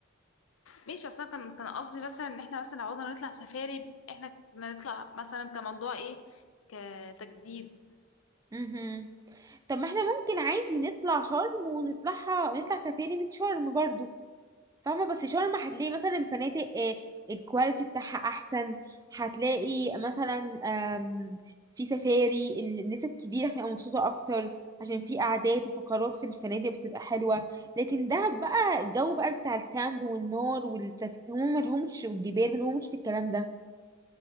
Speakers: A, on the left; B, on the right.
A: ماشي اصلا كان كان قصدي مثلا ان احنا مثلا لو عاوزنا نطلع سفاري احنا كنا نطلع مثلا كموضوع ايه كتجديد
B: مهم. طب ما احنا ممكن عادي نطلع شرم ونطلعها نطلع سفاري من شرم برضو فاهمة بس شرم هتلاقي مثلا الفنادق آه، الكواليتي بتاعها احسن هتلاقي مثلا آم، في سفاري الناس الكبيرة هتبقى مبسوطة اكتر عشان في قعدات وفقرات في الفنادق بتبقى حلوة لكن دهب بقى الجو بقى بتاع الكامب والنار والتف... هم ملهمش والجبال ملهمش في الكلام ده